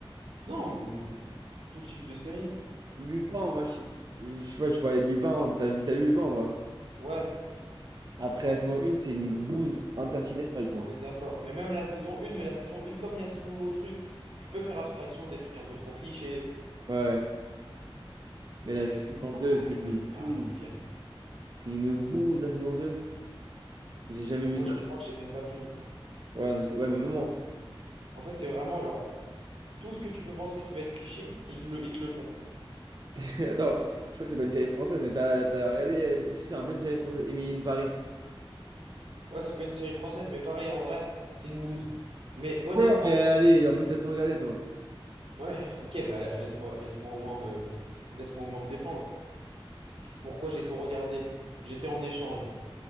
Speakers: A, on the right (about 80°); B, on the right (about 45°).
A: Non, mm, tout type de série.
B: Lupin, moi, je, je sais pas, tu parlais de Lupin. T'as vu, t'as vu Lupin ou pas?
A: Ouais,
B: Après la saison 1, c'est une bouse intersidérale,
A: o- on
B: tu vois.
A: est d'accord. Mais même la saison 1, mais la saison 1, comme il y a ce nouveau truc, tu peux faire abstraction des trucs un peu trop clichés
B: Ouais, ouais. Mais
A: Mais
B: la saison
A: Lupin,
B: 2,
A: non,
B: c'est
A: Lupin,
B: une
A: il n'y a
B: bouse.
A: rien de pire.
B: C'est une bouse la saison deux. J'ai jamais vu
A: Moi,
B: ça.
A: je
B: je
A: crois que j'ai même pas fini.
B: crois. Ouais, mais, c'est- ouais, mais maman.
A: En fait, c'est vraiment genre, tout ce que tu peux penser qui va être cliché, ils le, ils te le font.
B: <laughs> Attends, je crois que c'est pas une série française, mais t'as t'as regardé. euh, mais- Si, c'est un peu une série française. Émilie in Paris.
A: Ouais, c'est pas une série française, mais pareil, en vrai, c'est une bouse. Mais honnêtement,
B: Ouais, mais allez, en plus, t'as tout regardé, toi.
A: ouais, <laughs> ok, mais la- laisse-moi, laisse-moi au moins me, laisse-moi au moins me défendre. Pourquoi j'ai tout regardé? J'étais en échange.